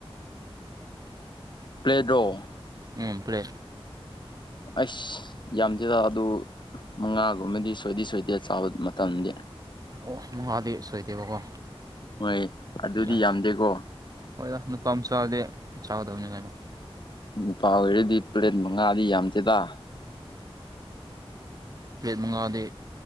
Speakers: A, on the left (about 50°); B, on the right (about 40°).
A: ꯄ꯭ꯂꯦꯗꯣ
B: ꯎꯝ ꯄ꯭ꯂꯦꯠ
A: ꯑꯁ ꯌꯥꯝꯗꯦꯗ ꯑꯗꯨ ꯃꯉꯥꯒꯨꯝꯕꯗꯤ ꯁꯣꯏꯗꯤ ꯁꯣꯏꯗꯦ ꯆꯥꯕ ꯃꯇꯝꯗꯤ
B: ꯑꯣ ꯃꯣꯉꯥꯗꯤ ꯁꯣꯏꯗꯦꯕꯀꯣ
A: ꯍꯣꯏ ꯑꯗꯨꯗꯤ
B: ꯌꯥꯝ
A: ꯌꯥꯝꯗꯦꯀꯣ
B: ꯍꯣꯏꯗ ꯅꯨꯄꯥ ꯃꯆꯥꯗꯤ ꯆꯥꯒꯗꯕꯅꯤ ꯀꯩꯅꯣ
A: ꯅꯨꯄꯥ ꯑꯣꯏꯔꯗꯤ ꯄ꯭ꯂꯦꯠ ꯃꯉꯥꯗꯤ ꯌꯥꯝꯗꯦꯗ
B: ꯃꯉꯥꯗ